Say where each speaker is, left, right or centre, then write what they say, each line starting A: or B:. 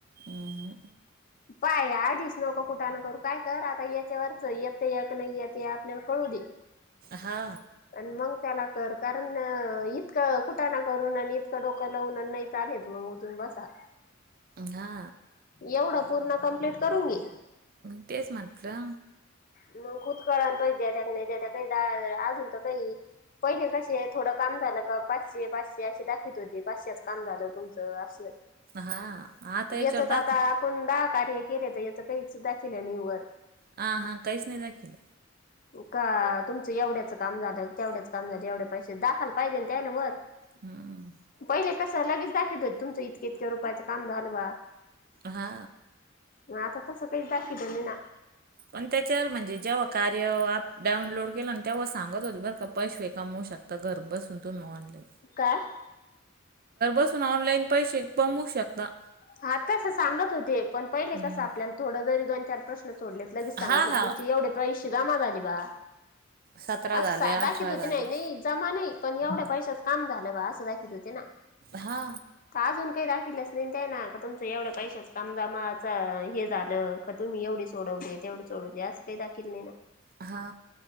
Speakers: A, on the right; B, on the left.
A: हम्म
B: पाय आधीच नको, कुठं न करू काय कर आता, याच्यावरच येत य क नाही, येत आपल्याला कळू दे.
A: हा.
B: प मग त्याला कर कारण इतकं कुठा ना करून, आणि इतकं डोकं लावून नाही चा. घेत मग उजून बसा.
A: हा.
B: एवढं पूर्ण कम्प्लीट करून घी.
A: विटश मपला.
B: मग खुदकळ पै द्या त्या नाही, द त्या काही अजून तर काही पहिले कसे थोडं काम झालं. पाचशे पाचशे असशी दाखत होती, पाचशेच काम झालं तुमचं असं.
A: हा आाता या
B: याचच
A: चारता
B: आता
A: का.
B: आपण दहा कार्य केले तर याच काहीच दाखल आहे आणि वर.
A: हा हा काहीच नाही दाखलं.
B: का तुमचं एवढ्याच काम झालं, तेवढ्याच काम झालं एवढे पैसे दाखयला पाहिजे त्या ना वर.
A: हम्म
B: पहिले कस लगेच दाखवत हो, तुमचं इतक्या इतक्या रुपयाचं काम झालं बा.
A: हा
B: हता तसं काहीच दाखी दे म ना.
A: पण त्याच्यावर म्हणजे जेव्हा कार्य अ डाऊनलोड केलं तेव्हा सांगत होते बर का पैश व कामव शकता घर बसूनंतून मारले.
B: काय.
A: बसून ऑनलाईन पैसे बमू शकता.
B: हा तस सांगत होते पण पहिले
A: हम्म.
B: कसं, आपल्याला थोड जरी दोन चार प्रश्न. सोडलेत लगेच सांगत
A: हा
B: होत,
A: हा
B: तुमचे एवढे पैसे जमा झाली बा.
A: सतरा
B: अस
A: झाले अठरा
B: दाखत होते
A: झाले
B: नाही नाही, जमा नाही पण एवढ्या पैशा काम झालं बा अस दाखत होते, ना
A: हा
B: अजून काही दाखलेच नाही. ते ना का तुमं एवढ्या पैशच कमजामां हे, झालं का तुम्ही एवढे सोडवले तेवढे सोडवले. असं काही दाखल नाही ना.
A: हा